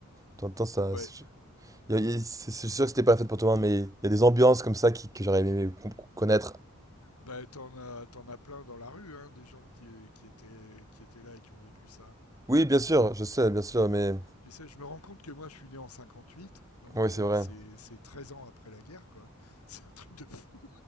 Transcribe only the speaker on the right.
T'entends ça.
C'est il y a- il y a- c'est- c'est sûr que c'était pas la fête pour tout le monde, mais il y a des ambiances comme ça qui, que j'aurais aimé con- connaître.
Oui, bien sûr, je sais, bien sûr, mais.
Oui,
c'est vrai.